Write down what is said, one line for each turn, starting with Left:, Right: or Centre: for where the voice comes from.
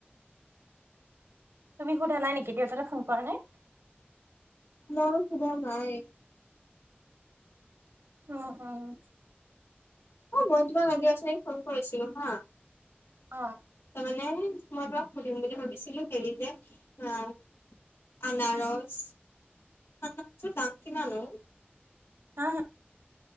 Right: তুমি সোধা নাই নেকি? দেউতালে ফোন কৰা নাই?
Left: মই সুধা নাই
Right: অ', অ',
Left: অ', মই তোমাৰ আজি অথনি ফোন কৰিছিলোঁ হা।
Right: অ
Left: তাৰমানে মই তোমাক সুধিম বুলি ভাবিছিলোঁ দেৰিকে অ', আনাৰস আনাৰসৰ দাম কিমান অ',?
Right: হা হা